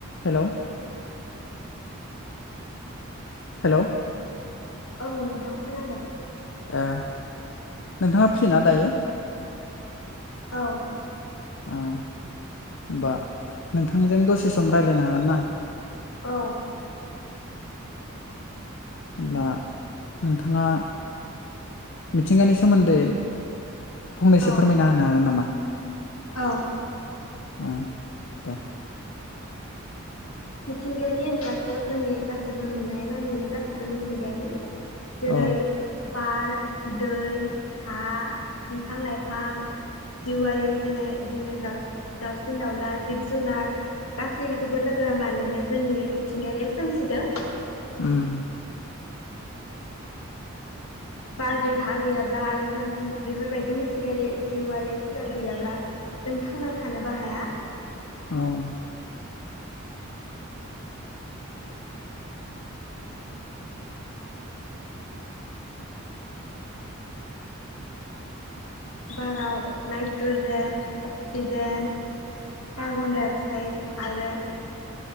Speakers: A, on the left (about 60°); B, on the left (about 80°).
A: Hello hello
B: औ नोंथां खोनादों।
A: ओ नोंथाङा फ्रिना दायो?
B: औ
A: ओ होमबा नोंथांजों दसे सम रायलायनो हागोन ना?
B: औ
A: होनब्ला नोंथाङा मिथिंगानि सोमोन्दै फंनैसो
B: औ
A: फोरमायना होनो हागोन नामा
B: औ
A: <inaudible>
B: मिथिंगायारि होनब्लाथ' जोंनि गासिबो नुनाय मानिनो गासिबो मिथिंगायारि जेरै
A: औ
B: बार दै हा बिफां लाइफां जिउआरि जेनै बि दाउसिन दाउला जिब जुनार गासैखौबो लोगो लोगोनांनानैनो जोंनि मिथिंगायारिया सोमजिदों
A: उम
B: बारदै हा गैयाब्ला आरो जों बेफोरबायदि मिथिंगायारि जिउआरारिफोरा गैयाब्ला जों थांना थानोबो हाया
A: औ
B: बाराव नाइट्रजेन अक्सिजेन कार्बनडाइ अक्साइड आरो